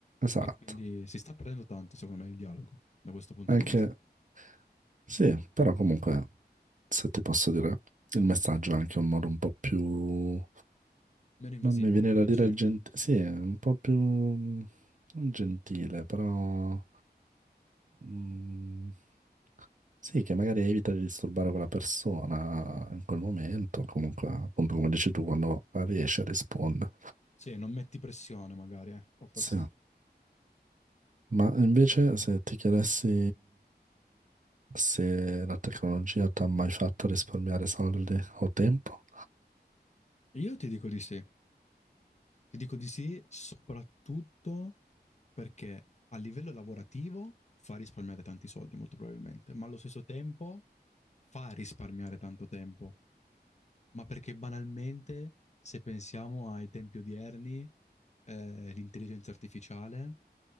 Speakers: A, on the right; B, on the left.
A: Esatto,
B: e quindi si sta perdendo tanto, secondo me, il dialogo da questo punto
A: anche
B: di vista.
A: sì, però comunque. se ti posso dire, il messaggio è anche un modo un po' più...
B: Meno invasivo,
A: Non mi viene da
B: dici?
A: dire gentile, sì, è un po' più... mm, non gentile, però... mm, sì, che magari evita di disturbare quella persona in quel momento, comunque, appunto come dici tu, quando riesci a rispondere.
B: Sì, non metti pressione magari, ecco, forse.
A: Sì, ma invece se ti chiedessi se la tecnologia ti ha mai fatto risparmiare soldi o tempo?
B: Io ti dico di sì. Ti dico di sì, soprattutto perché a livello lavorativo fa risparmiare tanti soldi, molto probabilmente, ma allo stesso tempo fa risparmiare tanto tempo. Ma perché banalmente, se pensiamo ai tempi odierni, eh, l'intelligenza artificiale